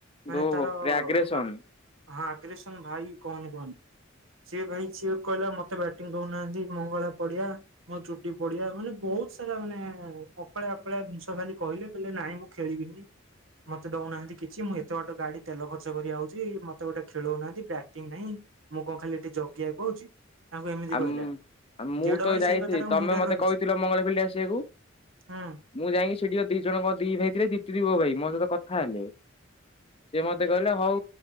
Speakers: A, on the right (about 85°); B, on the left (about 30°).
A: ମାନେ
B: ଓହୋ
A: ତାର
B: ପୁରା ଆଗ୍ରେସନ
A: ଆ ହଁ ଆଗ୍ରେସନ୍ ଭାଇ କହନି କହନି। ସିଏ ଭାଇ ସିଏ କହିଲା ମତେ ବ୍ୟାଟିଂ ଦଉନାହାନ୍ତି ମଙ୍ଗଳା ପଡିଆ। ମୋ ଚୁଟି ପଡିଆ ମାନେ ବହୁତ୍ ସାରା ମାନେ ଅକଳିଆ ଅକଳିଆ ଜିନିଷ ଖାଲି କହିଲେ କହିଲେ ନାଇଁ ମୁଁ ଖେଳିବିନି। ମତେ ଦଉନାହାନ୍ତି କିଛି ମୁଁ ଏତେ ବାଟ ଗାଡି ତେଲ ଖର୍ଚ୍ଚ କରି ଆଉଚି ମତେ ଗୋଟେ ଖେଳଉନାହାନ୍ତି ବ୍ୟାଟିଂ ନାଇଁ। ମୁଁ କଁ ଖାଲି ଏଠି ଜଗିଆକୁ ଆଉଚି ତାଙ୍କୁ ଏମିତି
B: ଆମ
A: କହିଲା।
B: ଆଉ ମୁଁ
A: ଗେଡ
B: ତ
A: ଭାଇ
B: ଯାଇଥିଲି
A: ସେଇ କଥାଟାକୁ
B: ତମେ
A: ମୁଣ୍ଡରେ
B: ମତେ
A: ରଖିଛି
B: କହିଥିଲ ମଙ୍ଗଳା ପିଣ୍ଢା ଆସିଆକୁ।
A: ହୁଁ।
B: ମୁଁ ଯାଇକି ସେ ଟିକେ ଦି ଜଣକ ଦି ଭାଇ ଥିଲେ ଦିିତ ଦିୋ <unintelligible> ଭାଇ ମୋ ସହିତ କଥା ହେଲେ। ସେ ମତେ କହିଲେ ହଉ